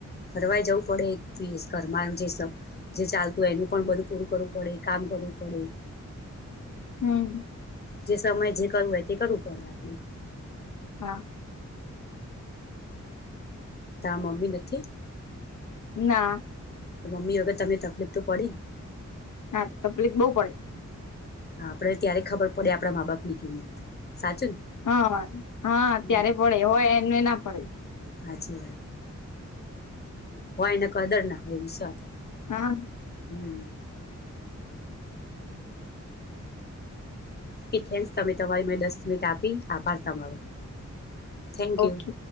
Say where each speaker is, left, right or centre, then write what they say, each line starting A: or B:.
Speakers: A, on the left (about 35°); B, on the left (about 80°).
A: ફરવાઈ જવું પડે <unintelligible> ઘરમાં જે <unintelligible> જે ચાલતું હોય એનું પણ બધું પૂરું કરવું પડે, કામ કરવું પડે.
B: હમ્મ.
A: જે સમયે જે કરવું હોય એ તે કરવું. <unintelligible>
B: હા
A: તા મમ્મી નથી?
B: ના.
A: મમ્મી વગર તને તકલીફ તો પડી?
B: હા તફલીક બહુ પડે.
A: હા આપણે ત્યારે ખબર પડે આપણા મા બાપ ની કિંમત. સાચું ને
B: હા, હા, હા ત્યારે
A: હમ
B: પડે હોય એનુંય ના પડે.
A: હાચી વાત. હોય ને કદર ના હોય એવુંસાતે
B: હા.
A: હમ્મ. કે થેન્ક્સ તમે તમારી મેં દસ મિનિટ આપી આભાર તમારો. Thank
B: ઓકે
A: you.